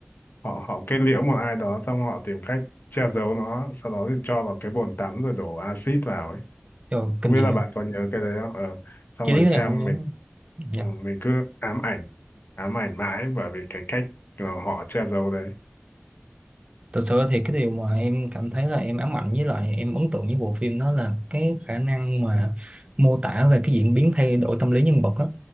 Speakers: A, on the left (about 50°); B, on the right (about 25°).
A: họ họ kết liễu một ai đó xong họ tìm cách che giấu nó, sau đó thì cho vào cái bồn tắm rồi đổ axit vào ấy.
B: trời
A: Không
B: kinh
A: biết
B: dị
A: là
B: lắm.
A: bạn có nhớ cái đấy không? Ờ, xong
B: chi
A: rồi
B: lý em
A: xem
B: không nhớ
A: mình
B: dạ
A: ừ, mình cứ ám ảnh ám ảnh mãi bởi vì cái cách mà họ che giấu đấy.
B: Thật sự thì cái điều mà em cảm thấy là em ám ảnh với lại em ấn tượng với bộ phim đó là cái khả năng mà mô tả về cái diễn biến thay đổi tâm lý nhân vật á.